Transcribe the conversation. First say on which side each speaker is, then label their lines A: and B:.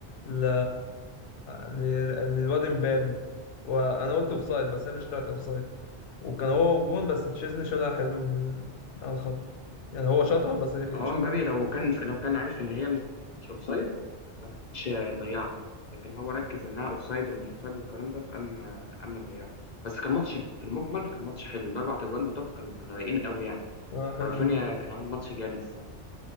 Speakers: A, on the left (about 75°); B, on the left (about 55°).
A: ل... ل... للواد امبابي وانا قلت اوفسايد بس هي مش بتاعت اوفسايد وكان هو جون بس تشيزني شالها حلو من على الخط يعني هو شاطها بس تش-
B: هو مبابي لو كان لو كان عارف ان هي مش مش اوفسايد ما كانش ضيعها لكن هو ركز انها اوفسايد ومش اوفسايد والكلام ده فقام اما ضيعها بس كان ماتش في المجمل كان ماتش حلو الاربع تجوان بتوعك كانوا كانوا رايقين قوي يعني
A: اه حلو
B: ورافينيا
A: موت.
B: كان عامل ماتش جامد الصراحه